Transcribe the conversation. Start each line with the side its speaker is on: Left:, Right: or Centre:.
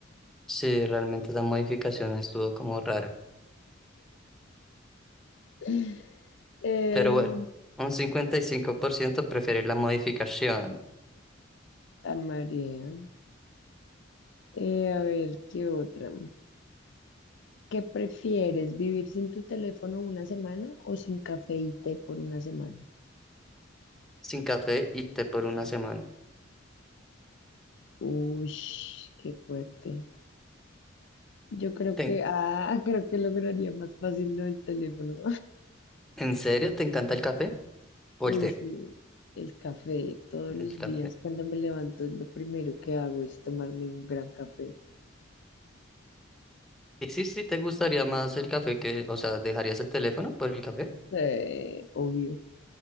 Centre: Sí, realmente la modificación estuvo como rara.
Left: <gasps> <laughs> Eh,
Centre: Pero bueno, un 55% prefiere la modificación
Left: a María. Eh, a ver, ¿qué otra? ¿Qué prefieres, vivir sin tu teléfono una semana o sin café y té por una semana?
Centre: sin café y té por una semana.
Left: Uy, qué fuerte. Yo creo
Centre: ¿Te-
Left: que, ah, <laughs> creo que lograría más fácil lo del teléfono.
Centre: ¿En serio te encanta el café o
Left: Uy,
Centre: el té?
Left: sí, el café todos los
Centre: El café.
Left: días cuando me levanto lo primero que hago es tomarme un gran café.
Centre: Y sí, sí, te gustaría más el café que, o sea, ¿dejarías el teléfono por el café?
Left: Eh, obvio.